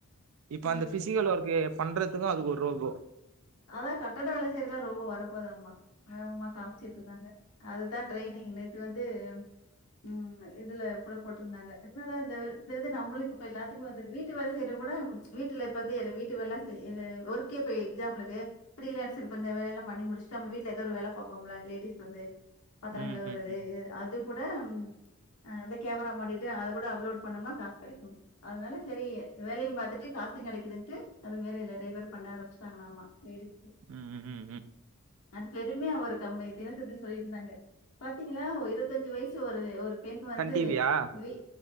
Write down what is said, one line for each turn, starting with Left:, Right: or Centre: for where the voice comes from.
Right: இப்ப
Left: ம்.
Right: அந்த ஃபிசிக்கல் ஒர்க்கு பண்ற துக்கும் அதுக்கு ஒரு ரோபோ
Left: அதா கட்டட வேல செய்றக்கல்லா ரோபோ வரப்போதாமா வேகமா காமிச்சுட்ருந்தாங்க அதுதா ட்ரைனிங் நேத்து வந்து ம் இதுல கூட போட்ருந்தாங்க என்னடா இந்த வெல இந்த இது நம்மளுக்கு இப்ப எல்லாத்துக்மே வந்த்ரு வீட்டு வேல செய்றக் கூட வீட்டுல இப்ப வந்து எல வீட்டு வேலலா செய்ற ஒர்க்கே போய் எக்ஸாம்ல கே <unintelligible> செரி இப்ப இந்த வேலயெல்லா பண்ணி முடிச் ட்டு இப்ப நம்ம வீட்ல எதா ஒரு வேல பாப்போம்ல லேடிஸ் வந்து பாத்ரங்
Right: ம்
Left: கழுவ்றது
Right: ம் ம்
Left: இ அ அதுக் கூட ம் ஆ ந்து கேமரா மாட்டியிட்டு அதக் கூட அப்லோட் பண்ணோம்னா காஸ் கெடைக்கு அதனால சரி வேலையும் பாத்துட்டு காசு கெடைக்கிதுன்ட்டு அது மாரி நறைய பேர் பண்ண ஆரம்பிச்சுட்டாங்களாமா லேடி
Right: ம் ம் ம் ம்
Left: அது பெருமையா ஒரு கம்மு தினத்தந்தி சொல்லியிட்ருந்தாங்க பாத்தீங்களா இருவத்தஞ்சு வைசு ஒரு ஒரு பெண் வந்து
Right: சன் டிவியா
Left: வீ